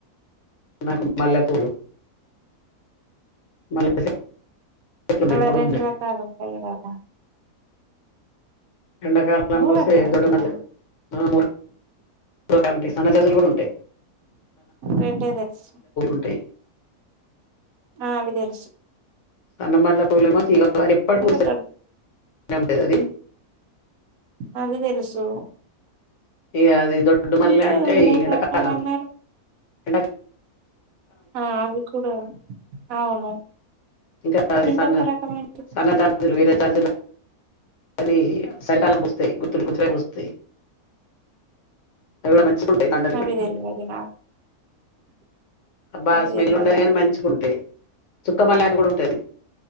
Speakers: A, on the left; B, on the right.
A: నాకు మల్లెపూలు మల్లె చెట్లు ఉన్నాయి
B: అలా
A: మూడు
B: రెండు
A: ఉన్నాయి
B: రకాలు ఉంటాయి కదా
A: ఎండాకాలం
B: మూడు
A: పూసే
B: రకాలు
A: దొడ్డ
B: ఉంటాయా
A: మల్లె సన్నజాజులు ఉంటాయి ఉంటే సన్నజాజులు
B: రెండే తెలుసు
A: ఉంటాయి
B: ఆ అవి తెలుసు
A: సన్న మల్లెపూలేము తీగల వారి ఎప్పటికీ
B: ఇంకా
A: పూస్తూనే
B: దొడ్
A: అది
B: అది తెలుసు
A: ఇగా అది దొడ్డు మల్లె
B: ఇంకా
A: అంటే
B: మూడు
A: ఎండాకాలం
B: రకాలు అన్నారు
A: ఎండ
B: ఆ అవి కూడా అవును
A: ఇంకాది
B: ఇంకొక
A: సన్న
B: రకం ఏంటి
A: సన్న జాజులు వీరా జాజులు అవి చలికాలం పూస్తాయి గుర్తులు గుర్తు పూస్తాయి అది దండలి
B: అవి
A: పెట్టుకుంటే
B: తెల్వదు నాకు
A: బాగా
B: అవి
A: స్మెల్లు
B: తెల్వదండి
A: ఉండదు కానీ మంచిగా ఉంటాయి చుక్క మల్ల అని కూడా ఉంటుది